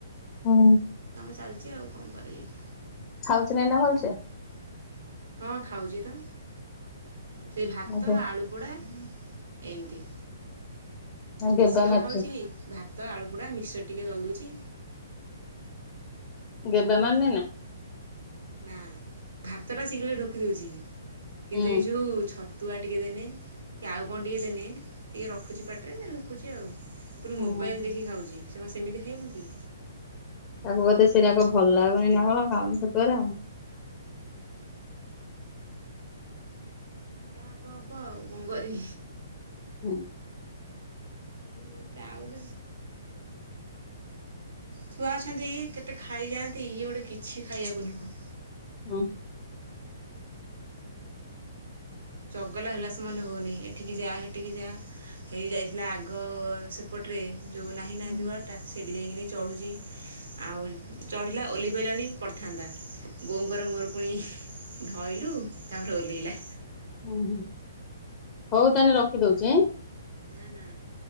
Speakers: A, on the left (about 30°); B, on the right (about 85°).
A: ହଁ।
B: ଏମିତି କାମ ଚାଲିଛି ଆଉ କଣ କରିବି ମୁଁ?
A: ଖାଉଛି ନାହିଁ ନା ଭଲସେ?
B: ହଁ ଖାଉଛି ତ। ସେ ଭାତ
A: ଏବେ
B: ଆଳୁ ପୋଡା। ଏମିତି।
A: ନା ଗେବା
B: ବେଶୀ କଣ
A: ମାରୁଛି।
B: ଖାଉଛି କି, ଭାତ ଆଳୁ ପୋଡା ମିକ୍ସର ଟିକେ ଜଲଦୁଛି।
A: ଗବେ ମାରୁ ନି ନା
B: ନା ଭାତଟା ଶୀଘ୍ର ଢୋକି ଦେଉଛି। କିନ୍ତୁ
A: ହୁଁ
B: ଏଇ ଯୋଉ ଛତଆ ଛତୁଆ ଟିକେ ଦେଲେ କି ଆଉ କନ ଟିକେ ଦେନେ ଟିକେ ରଖିଛି ପାଟିରେ ଧୁକୁଚି ଆଉ। ପୁଣି
A: ହଁ।
B: ମୋବାଇଲ୍ ଦେଖିକି ଖାଉଛି। ସେମାନେ ସେମିତି ଖାଇବ କି
A: ତାକୁ ବୋଧେ ସେଟାକ ଭଲ ଲାଗୁନି ନା କଣ ଖାଉନି ଛତୁଆ ଓରା
B: ହୁଁ। ଯାହା ହବ ହବ ଆଉ କଣ କରି
A: ହଁ।
B: ଏ ତ ଆଉ କି ଛୁଆ ଅଛନ୍ତି କେତେ ଖାଇଯାଆନ୍ତି ଇଏ ଗୋଟେ କିଛି ଖାଇବାକୁ ନୁହଁ।
A: ହଁ।
B: ଆଉ ଚଗଲା ହେଲା ସେମାନେ ହଉନି ଏଠିକି ଯା ହେଠିକି ଯା ହେଇ ଯାଇଥିଲା ଆଗ ସେପଟରେ ଯୋଉ ନାହିଁ ନା
A: ହୁଁ।
B: ଦୁଆରଟା ସେ ଡିଜାଇକିନି ଚଢ଼ୁଛି ଆଉ ଚଢ଼ିଲା ଓହ୍ଲେଇ ପାରଲାନି ପଡ଼ିଥାନ୍ତା ବୋଉଙ୍କର ମୋର ପୁଣି ଧରଲୁ ତାପରେ ଓହ୍ଲେଇଲା।
A: ଓ ହ ହଉ ତାେହାଲେ ରଖିଦଉଛିଁ।
B: ନା ନା।